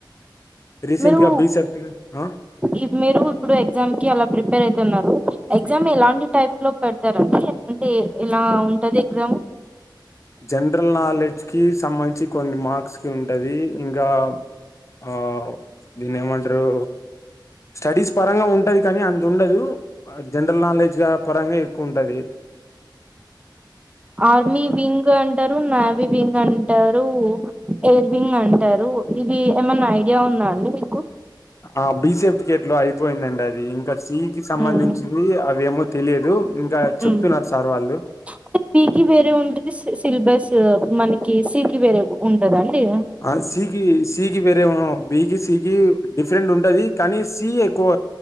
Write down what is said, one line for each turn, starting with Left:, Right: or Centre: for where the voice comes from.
Left: రీసెంట్గా
Right: మీరు
Left: బీ సర్టిఫికెట్ ఆ
Right: ఇప్ మీరు ఇప్పుడు ఎగ్జామ్ కి అలా ప్రిపేర్ అయితున్నారు. ఎగ్జామ్ ఎలాంటి టైప్ లో పెడతారండి. అంటే ఇలా ఉంటది ఎగ్జామ్?
Left: జనరల్ నాలెడ్జ్ కి సంబంధించి కొన్ని మార్క్స్ కి ఉంటుంది. ఇంకా ఆ దీన్నేమంటారు. స్టడీస్ పరంగా ఉంటది, కానీ అంత ఉండదు. జనరల్ నాలెడ్జ్ గా పరంగా ఎక్కువ ఉంటది
Right: ఆర్మీ వింగ్ అంటారు నవీ వింగ్ అ అంటారు ఎయిర్వింగ్ అంటారు ఇవి ఏమన్నా ఐడియా ఉంద అండి మీకు
Left: ఆ బి సర్టిఫికెట్ లో అయిపోయిందండి అది ఇంకా సి కి సంబంధించింది
Right: హ్మ్.
Left: అ అవేమో తెలియదు ఇంకా
Right: హ్మ్.
Left: చెప్తున్నారు సార్ వాళ్ళు
Right: అంటే పీకి వేరే ఉంటది సిలబస్ మనకి సికి వేరే ఉంటదండి
Left: ఆ సీకి సీకి వేరే బికి సి కి డిఫరెంట్ ఉంటది కానీ సి ఎక్కువ